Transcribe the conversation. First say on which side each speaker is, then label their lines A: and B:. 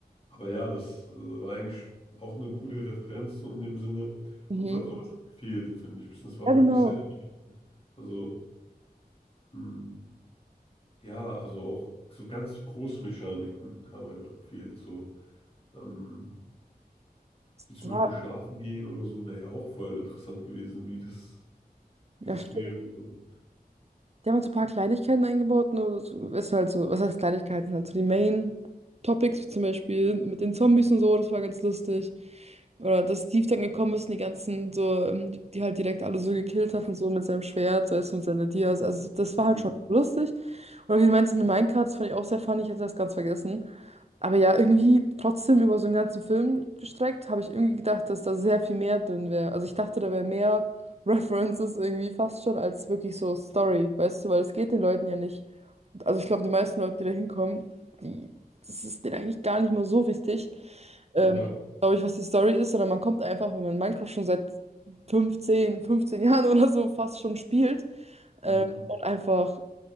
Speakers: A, on the left; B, on the right.
A: Aber ja, das äh, war eigentlich auch eine coole Referenz so in dem Sinne.
B: Mhm.
A: Und so, sowas hat gefehlt, finde ich. Das war
B: Ja,
A: wirklich
B: genau.
A: sehr, also mh, ja, also auch so ganz große Mechaniken haben einfach gefehlt. So, ähm, wie zum
B: Ja,
A: Beispiel schlafen gehen oder so, wäre ja auch voll interessant gewesen, wie das,
B: ja,
A: wie das
B: stimmt.
A: wäre. Also,
B: Die haben halt so ein paar Kleinigkeiten eingebaut, nur das ist halt so, was heißt Kleinigkeiten? Also die Main-Topics, wie zum Beispiel mit den Zombies und so, das war ganz lustig. Oder dass Steve dann gekommen ist und die ganzen so, ähm, die, die halt direkt alle so gekillt hat und so mit seinem Schwert, so erst mit seiner Dias. Also das war halt
A: mh,
B: schon lustig. Oder wie du meinst mit Minecraft, das fand ich auch sehr funny, ich hatte das ganz vergessen. Aber ja, irgendwie trotzdem über so einen ganzen Film gestreckt, habe ich irgendwie gedacht, dass da sehr viel mehr drin wäre. Also ich dachte, da wäre mehr <laughs> References irgendwie fast schon als wirklich so Story, weißt du, weil es geht den Leuten ja nicht. Also ich glaube, die meisten Leute, die da hinkommen, die, das ist denen eigentlich gar nicht mal so wichtig, ähm,
A: ja.
B: glaube ich, was die Story ist, sondern man kommt einfach, wenn man Minecraft schon seit fünfzehn fünfzehn <laughs> Jahren oder so fast schon spielt, äh,
A: mh.
B: und einfach